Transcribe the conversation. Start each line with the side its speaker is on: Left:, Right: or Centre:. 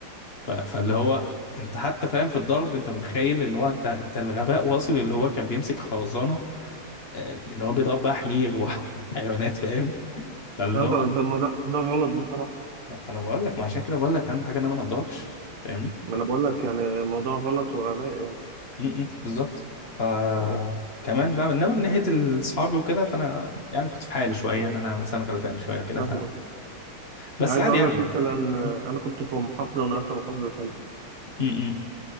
Left: ف- فاللي هو انت حتى فاهم في الضرب انت متخيل اللي هو انت انت الغباء واصل اللي هو كان بيمسك خرزانه آه، اللي هو بيضرب بقى حمير وحيوانات <laughs> فاهم فاللي
Right: اه
Left: هو
Right: ده ده ما ده, ده غلط بصراحة
Left: لا فانا بقول لك ما عشان كده بقول لك اهم حاجه ان انا ما اتضربش فاهمني
Right: ما انا بقول لك يعني الموضوع غلط وغباء يعني
Left: م- م، بالظبط ف
Right: امم
Left: كمان بقى انما من ناحيه اصحابي وكده فانا يعني كنت في حالي شويه
Right: امم
Left: ان انا مثلا غلبان شويه وكده
Right: فاهمك
Left: بس
Right: يعني عايز
Left: عادي
Right: اقول
Left: لا. يعني
Right: لك مثلا آه،
Left: م-
Right: انا كنت في محافظة ونقلت محافظة تانية
Left: م-